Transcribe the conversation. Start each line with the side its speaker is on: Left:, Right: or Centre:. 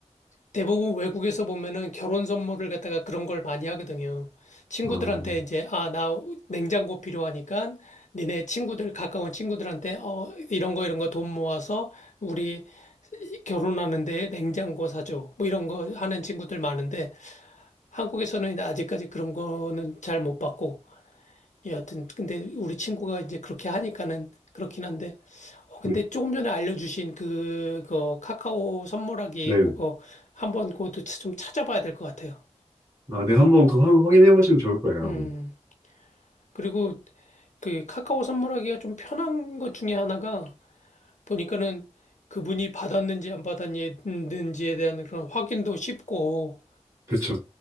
Left: 대부분 외국에서 보면은 결혼 선물을 갖다가 그런 걸 많이 하거든요. 친구들한테
Right: 아,
Left: 이제, 아, 나 냉장고 필요하니까 니네 친구들, 가까운 친구들한테, 어, 이런 거, 이런 거 돈 모아서 우리 결혼하는데 냉장고 사줘. 뭐 이런 거 하는 친구들 많은데 한국에서는 이제 아직까지 그런 거는 잘 못 봤고 여하튼 근데 우리 친구가 이제 그렇게 하니까는 그렇긴 한데 어, 근데
Right: 네.
Left: 조금 전에 알려주신 그거 카카오 선물하기
Right: 네.
Left: 그거 한번 그것도 좀 찾아봐야 될 것 같아요.
Right: 아, 네. 한번 그거 한번 확인해 보시면 좋을 거예요.
Left: 음
Right: 그렇
Left: 그리고 그 카카오 선물하기가 좀 편한 것 중에 하나가 보니까는 그분이 받았는지 안 받았는지에 대한 그런 확인도 쉽고
Right: 그쵸.